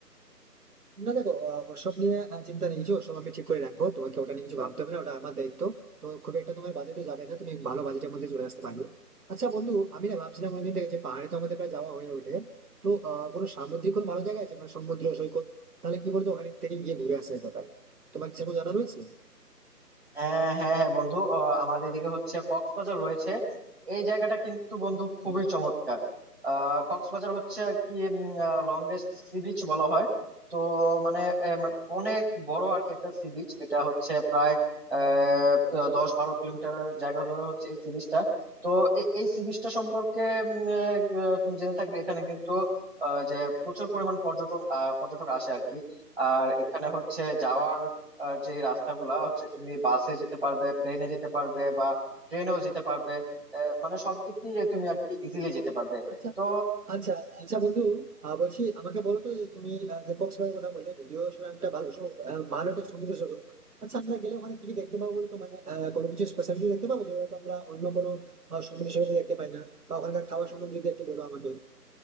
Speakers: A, on the right; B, on the right.
A: না দেখো আহ, ওসব নিয়ে আহ, চিন্তা নেই কিছু ওসব আমি ঠিক করে রাখবো তোমাকে ওটা নিয়ে কিছু ভাবতে হবে না ওটা আমার দায়িত্ব তো খুব একটা তোমার বাজেটও যাবে না তুমি ভালো বাজেটের মধ্যে চলে আসতে পারবে আচ্ছা বন্ধু আমি না ভাবছিলাম অনেকদিন থেকে যে পাহাড়ে তো আমাদের প্রায় যাওয়া হয়ে ওঠে তো আহ কোনো সামুদ্রিক কোনো ভালো জায়গা আছে মানে সমুদ্র সৈকত তাহলে কি বলতো ওখানে থেকে গিয়ে ঘুরে আসা যেতে পারে তোমার কি সেরকম জানা রয়েছে
B: হ্যাঁ হ্যাঁ হ্যাঁ বন্ধু আহ, আমাদের এদিকে হচ্ছে কক্সবাজার রয়েছে এই জায়গাটা কিন্তু বন্ধু খুবই
A: হুম।
B: চমৎকার আহ, কক্সবাজার হচ্ছে আর কি লংগেস্ট সি বিচ বলা হয় তো মানে এ, মানে অনেক বড় আর কি একটা সি বিচ এটা হচ্ছে প্রায় আহ, দশ বারো কিলোমিটারের জায়গা ধরে হচ্ছে এই সি বিচটা তো এ- এই সি বিচটা সম্পর্কে উম, আহ, তুমি জেনে থাকবে এখানে কিন্তু আহ, যে প্রচুর পরিমাণ পর্যটক আহ, পর্যটক আসে আর কি আর এখানে হচ্ছে যাওয়ার আর যে রাস্তাগুলা হচ্ছে তুমি বাসে যেতে পারবে প্লেনে যেতে পারবে বা ট্রেনেও যেতে পারবে আহ, মানে সব দিক দিয়ে তুমি আর কি ইজিলি যেতে পারবে
A: আচ্ছা
B: তো
A: আচ্ছা আচ্ছা বন্ধু আহ, বলছি আমাকে বলো তো যে তুমি আহ, যে কক্সবাজারের কথা বললে যদিও সেটা একটা ভালো সম- আহ, ভালো একটা সমুদ্র সৈকত আচ্ছা আমরা গেলে ওখানে কি কি দেখতে পাবো বলো তো মানে আহ, কোনো কিছু স্পেশাল কিছু দেখতে পাবো যেগুলো তো আমরা অন্য কোনো আহ, সমুদ্র সৈকতে দেখতে পাই না বা ওখানকার খাবার সম্বন্ধে যদি একটু বলো আমাকে